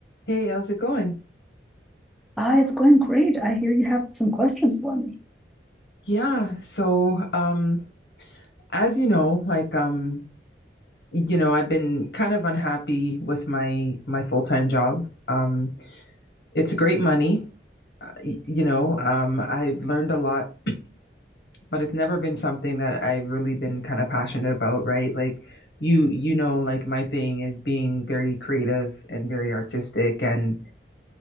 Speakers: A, on the left (about 70°); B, in the centre.
A: Hey, how's it going?
B: Ah, it's going great. I hear you have some questions for me.
A: Yeah, so um as you know, like um you know, I've been kind of unhappy with my my full-time job. Um it's great money, uh, y- you know, um I've learned a lot, but it's never been something that I've really been kind of passionate about, right? Like you you know, like my thing is being very creative and very artistic and